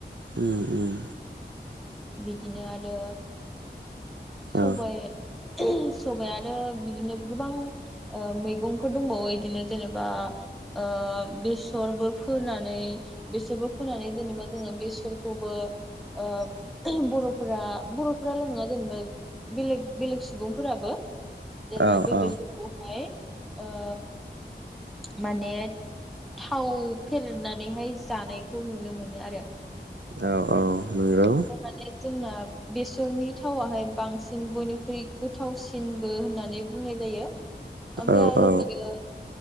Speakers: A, on the right; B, in the centre.
A: उम उम
B: बिदिनो आरो सबाय
A: औ
B: सबाय आरो बिदिनो गोबां ओ मैगंफोर दंबावो बिदिनो जेनेबा ओ बेसरबो फोनानै बेसरबो फोनानै जेनेबा जोङो बेसरखौबो ओ बर'फोरा बर'फोराल नङा जेनेबा बेलेग बेलेग सुबुंफोराबो जेनेबा
A: औ
B: बे
A: औ
B: बेसरखौहाय ओ माने थाव फेरनानैहाय जानायखौ नुनो मोनो आरो
A: औ औ नोंगौ
B: ओमफ्राय माने जोंना बेसरनि थावाहाय बांसिन बयनिख्रुइ गोथावसिनबो होननानै बुंनाय जायो ओमफ्राय
A: औ
B: आरो
A: औ
B: बिदिनो